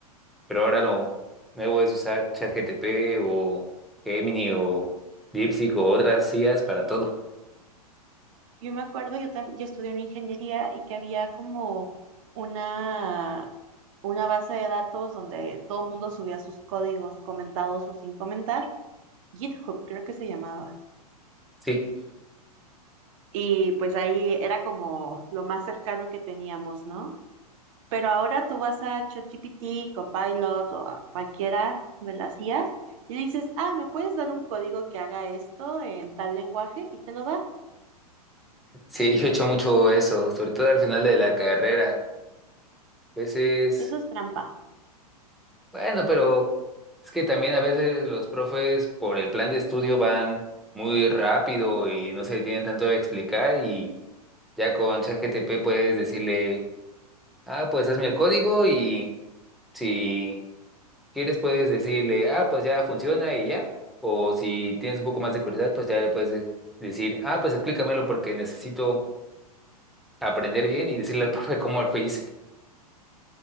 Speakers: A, in the centre; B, on the right (about 55°).
A: pero ahora lo nuevo es usar ChatGTP o Gemini o DeepSeek o otras IAs para todo.
B: Yo me acuerdo, yo, tam- yo estudié una ingeniería y que había como una, una base de datos donde todo el mundo subía sus códigos comentados o sin comentar. GitHub creo que se llamaba.
A: Sí,
B: Y pues ahí era como lo más cercano que teníamos, ¿no? Pero ahora tú vas a ChatGPT, Copilot o a cualquiera de las IAs y dices, ah, ¿me puedes dar un código que haga esto en tal lenguaje? Y te lo da.
A: sí, yo he hecho mucho eso, sobre todo al final de la carrera. A veces.
B: Eso es trampa.
A: Bueno, pero es que también a veces los profes por el plan de estudio van muy rápido y no se detienen tanto a explicar y ya con ChatGPT puedes decirle, ah, pues hazme el código y si quieres puedes decirle, ah, pues ya funciona y ya. O si tienes un poco más de curiosidad, pues ya le puedes de- decir, ah, pues explícamelo porque necesito aprender bien y decirle al <laughs> profe cómo lo hice.